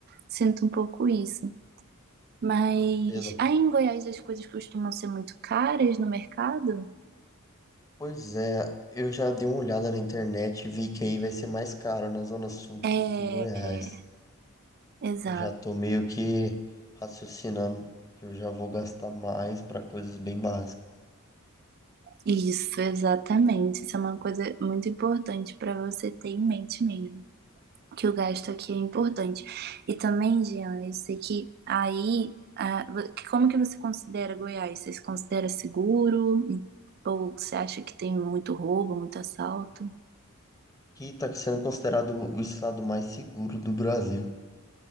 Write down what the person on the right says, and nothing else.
sinta um pouco isso. Mas
aí em Goiás as coisas costumam ser muito caras no mercado?
É,
exato.
Isso, exatamente. Isso é uma coisa muito importante para você ter em mente mesmo. que o gasto aqui é importante. E também, Jean, eu sei que aí, ah, vo- como que você considera Goiás? Você se considera seguro? Ou você acha que tem muito roubo, muito assalto?